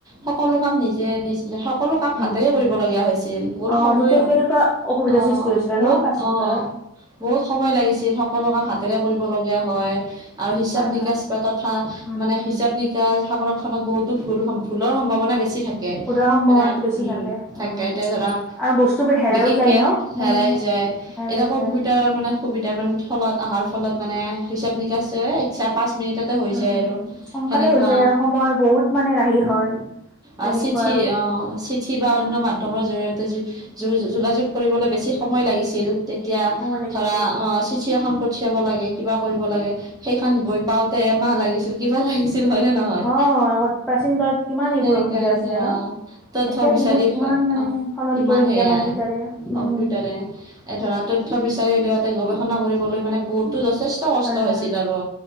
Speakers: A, on the right (about 15°); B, in the centre.
A: সকলো কাম নিজে নিজে সকলো কাম হাতেৰে
B: উম উম
A: কৰিবলগীয়া হৈছিল বহুত
B: অ
A: সময়
B: তেতিয়া কেনেকুৱা অসুবিধাৰ
A: অ
B: সৃষ্টি হৈছিলে
A: বহুত
B: ন প্ৰাচীন
A: অঁ
B: কালত
A: বহুত সময় লাগিছিল সকলো কাম হাতেৰে কৰিব লগীয়া হয় আৰু হিচাপ
B: হয়
A: নিকাচ
B: হয়
A: বা তথা
B: উম
A: মানে
B: উম
A: হিচাপ নিকাচ সংৰক্ষণক বহুতো ভুল-ভুল ৰ সম্ভাৱনা বেছি থাকে।
B: সুদৰ সম্ভাৱনাটো
A: মানে
B: বেছি
A: উম
B: থাকে
A: থাক
B: উম
A: এতি <unintelligible> ধৰা
B: আৰু বস্তুবোৰ হেৰাইও
A: বিশেষকে
B: যায় ন
A: হেৰাই
B: মানে
A: যায়৷
B: হেৰাই
A: এতিয়া কম্পিউটাৰৰ
B: যায়
A: মানে সুবিধা মান ফলত অহাৰ ফলত মানে হিচাপ নিকাচ ইচ্ছা পাছ মিনিটতে হৈ
B: উম
A: যায়
B: উম
A: আৰু
B: সোনকালে
A: সেনেকোৱা৷
B: হৈ যায় আৰু সময়ৰ বহুত মানে ৰাহি হয় তেনেকুৱা
A: অ চিঠি
B: আৰু
A: অ চিঠি বা
B: উম
A: অন্য মাধ্যমৰ জৰিয়ত তা য যোগাযোগ কৰিবলৈ বেছি সময় লাগিছিল তেতিয়া
B: সময় লাগিছিল
A: ধৰা অ চিঠি এখন পঠিয়াব লাগে কিবা কৰিব লাগে সেইখন গৈ পাওঁতে এমাহ লাগিছিল কিবা লাগিছিল হয় নে নহয়
B: অ আগত প্ৰাচীন কালত কিমান
A: সেনেকা
B: এইবোৰ অসুবিধা
A: আ
B: হৈছিলে ন
A: অ তথ্য
B: এতিয়া
A: বিচাৰি
B: দিনত ইমান
A: অ
B: মানে সলনি
A: কিমান
B: কৰি দিলে
A: সেয়া
B: কম্পিউটাৰে উম
A: কম্পিউটাৰে এ ধৰা তথ্য বিচাৰি উলিআওঁতে গৱেষণা কৰিবলৈ মানে বহুতো যথেষ্ট কষ্ট
B: হয়
A: হৈছিল
B: হয়
A: আৰু